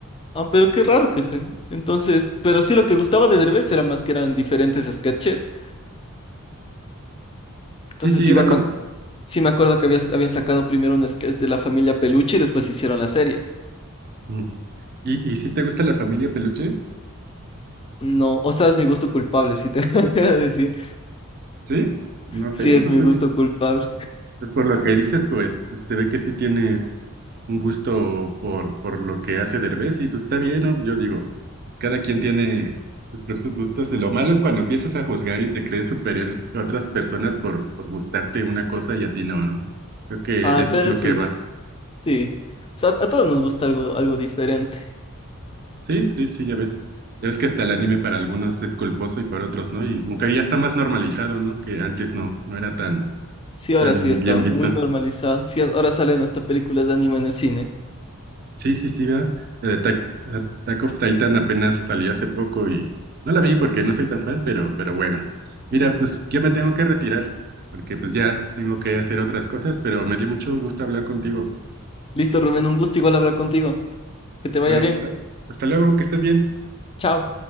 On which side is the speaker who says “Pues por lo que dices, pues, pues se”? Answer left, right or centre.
Right